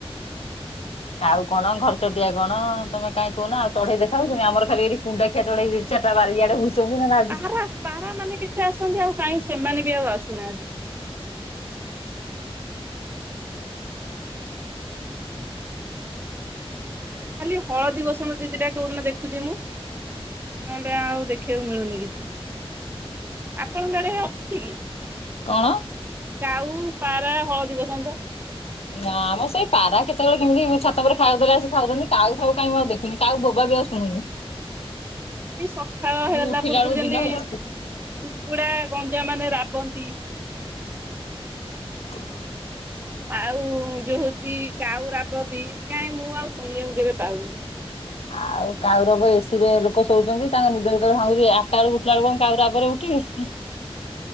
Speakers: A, on the left; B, on the right.
A: କାଉ କଣ ଘର ଚଟିଆ କଣ ତମେ କାଇଁ କହୁନା ଆଉ ଚଢେଇ ଦେଖା ଯାଉଛନ୍ତି ଆମର ଖାଲି ଏଇଠି କୁଣ୍ଡା ଖିଆ ଚଢେଇ ଦି ଚାରି ଟା ବାରି ଆଡେ ବୁ ଲୁ ଚନ୍ତି ନଲେ ଆ
B: ପାରା ପାରା ମାନେ କେତେ ଆସନ୍ତି ଆଉ କାଇଁ ସେମାନେ ବି ଆଉ ଆସୁନାହାନ୍ତି। ଖାଲି ହଳଦୀ ବସନ୍ତ ଦି ଦିଟା କୋଉ ଦିନ ଦେଖୁଛି ମୁଁ। ନହେଲେ ଆଉ ଦେଖିବାକୁ ମିଳୁନି କିଛି। ଆପଣଙ୍କ ଆଡେ ଅଛନ୍ତି କି?
A: କଣ?
B: କାଉ, ପାରା, ହଳଦୀ ବସନ୍ତ।
A: ନା ମ ସେଇ ପାରା କେତେ ବେଳେ କେମିତି ଛାତ ଉପରେ ଖାଇ ଆକୁ ଦେଲେ ଆସି ଖାଉଛନ୍ତି କାଉ ଫାଉ କାଇଁ ମୁଁ ଆଉ ଦେଖୁନି କାଉ ବୋବା ବି ଆଉ ସୁଣୁନି।
B: ଏଇ ସକାଳ
A: ମୁଁ
B: ହେଲା
A: ଉଠିଲା
B: ପୂର୍ବରୁ
A: ବେଳକୁ
B: ଯେମିତି।
A: ଦିନ ହେଇଯାଉଛି।
B: କୁକୁଡା, ଗଞ୍ଜା ମାନେ ରାବନ୍ତି।
A: ଏକ।
B: ଆଉ ଯୋଉ ହଉଛି କାଉ ରାବନ୍ତି କାହିଁ ମୁଁ ଆଉ ଶୁଣିବାକୁ କେବେ ପାଉନି।
A: ଆଉ କାଉ ରାବ ଏସି ରେ ଲୋକ ଶୋଉଛନ୍ତି ତାଙ୍କ ନିଦ ଯେତେ ବେଳେ ଭଙ୍ଗୁଛି ଆଠଟା ବେଳକୁ ଉଠିଲା ବେଳକୁ କଁ କାଉ ରାବରେ ଉଠିବେ‌ ହୁଁ।